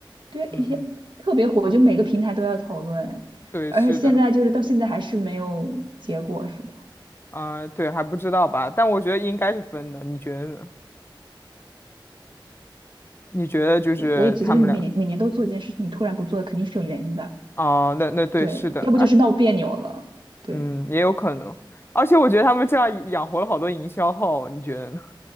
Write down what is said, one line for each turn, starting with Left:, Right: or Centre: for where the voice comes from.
Right: 对，
Left: 嗯嗯，
Right: 一些特别火，就每个平台都要讨论，
Left: 对，
Right: 而且现在就是到现在还是没有结果，
Left: 是的，
Right: 是吧？
Left: 啊、对，还不知道吧？但我觉得应该是分的，你觉得呢？你觉得就是他们俩
Right: 我也觉得，就是你每年每年都做一件事情，你突然不做，肯定是有原因的。
Left: 啊、那那对，
Right: 对，
Left: 是的，
Right: 要不就是闹别扭了。
Left: 哎，
Right: 对，
Left: 嗯，也有可能。而且我觉得他们这样养活了好多营销号，你觉得呢？